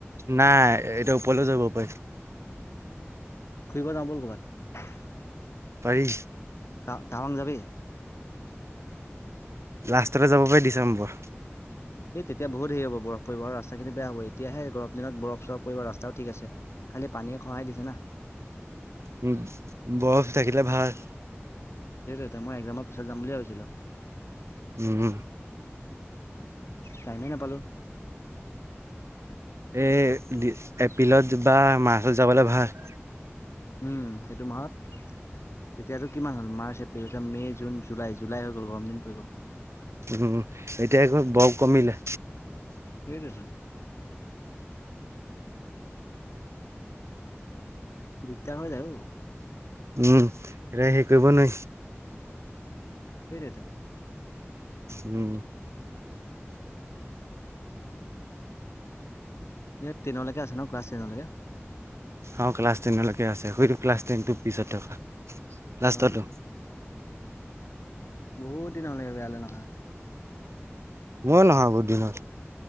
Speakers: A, on the right; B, on the left.
A: নাই এতিয়া ওপৰলৈও যাব পাৰে।
B: ফুৰিব যাওঁ ব'ল কৰ'বাত।
A: পাৰি।
B: তা-তাৱাং যাবি?
A: লাষ্টতে যাব পাৰি ডিচেম্বৰ।
B: এই তেতিয়া বহুত হেৰি হ'ব বৰফ পৰিব আৰু ৰাস্ত খিনি বেয়া হব, এতিয়াহে গৰম দিনত বৰফ চৰফ পৰিব ৰাস্তাও ঠিক আছে। খালি পানীয়ে খহাই দিছে না।
A: উ, বৰফ থাকিলে ভাল।
B: সেইটোতে মই এক্সামৰ পিছত যাম বুলিয়ে ভাবিছিলো।
A: উম।
B: টাইমেই নাপালো।
A: এই এপ্ৰিলত বা মাৰ্চত যাবলৈ ভাল।
B: উম, সেইটো মাহত। তেতিয়াতো কিমান হ'ল মাৰ্চ, এপ্ৰিল এতিয়া মে' জুন, জুলাই, জুলাই হৈ গ'ল গৰম দিন পৰি গ'ল।
A: উম, এতিয়া বৰ কমিলে।
B: সেইটোৱেটো। দিগদাৰ হৈ যায় অ'।
A: উম, এ হেৰী কৰিব নুৱাই।
B: সেইটোয়েটো।
A: উম।
B: এ টেনলৈকে আছে ন ক্লাছ টেনলৈকে।
A: অ', ক্লাছ টেনলৈকে আছে, সুইটো ক্লাছ টেনটো পিছত থকা লাষ্টতো।
B: অ বহুত দিন হ'লে বয়াললে নহা।
A: মই নহা বহুত দিন হল।